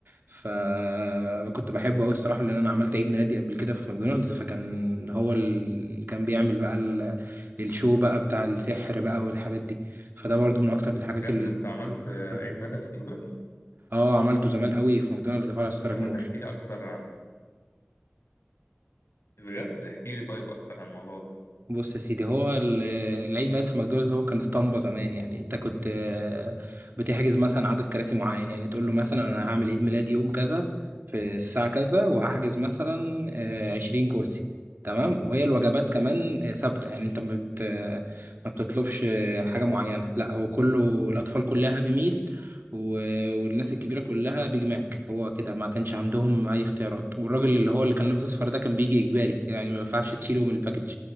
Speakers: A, on the right; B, on the left.
A: فكنت بحبه قوي الصراحه لان انا عملت عيد ميلادي قبل كده في ماكدونالدز فكان هو اللي كان بيعمل بقى ال- الشو بقى بتاع السحر بقى والحاجات دي فده برضو من اكتر الحاجات
B: بجد
A: اللي
B: أنت عملت
A: كنت بحبها
B: عيد ميلادك في ماكدونالدز؟
A: اه عملته زمان قوي في ماكدونالدز فرع السراج
B: طب ما
A: مول
B: تحكي لي اكتر عن بجد احكي لي طيب اكتر عن الموضوع ده
A: بص يا سيدي هو ال- العيد ميلاد في ماكدونالدز هو كان اسطمبة زمان يعني انت كنت آه، بتحجز مثلا عدد كراسي معين يعني تقول له مثلا انا هعمل عيد ميلادي يوم كذا في الساعة كذا وهحجز مثلا آه، 20 كرسي تمام وهي الوجبات كمان آه، ثابتة يعني انت ما بت آه، ما بتطلبش آه، حاجة معينة لا هو كله الأطفال كلها هابي ميل والناس الكبيره كلها بيج ماك هو كده ما كانش عندهم اي اختيارات والراجل اللي هو اللي كان لابس اصفر ده كان بيجي اجباري يعني ما ينفعش تشيله من الباكج